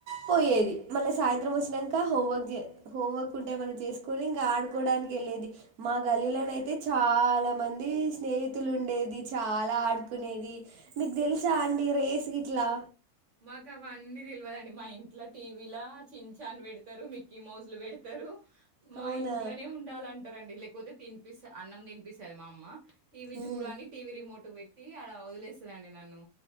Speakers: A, on the right; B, on the right.
A: పోయేది మళ్ళ సాయంత్రం వచ్చినాక హోంవర్క్ హోంవర్క్ ఉంటే మనం చేసుకొని ఇంకా ఆడుకోవడానికి వెళ్ళేది మా గల్లీలోన అైతే చాలా మంది స్నేహితులు ఉండేది చాలా ఆడుకునేది మీకు తెలుసా అండి రేస్ ఇట్లా
B: మాకు అవ అన్నీ తెలియదండి మా ఇంట్లో టీవీ ల చిన్ చాన్ పెడతారు మక్కీ మౌజు లు పెడతారు మా
A: అవునా!
B: ఇంట్లోనే ఉండాలంటే రండి లేకపోతే తిపిస్త అన్నం తినిపిస్థాది మా అమ్మ టీవీ
A: హ్మ్.
B: చూడని టీవీ రిమోట్ పెట్టీ టీ అలా వదిలేస్తుందిండి నన్ను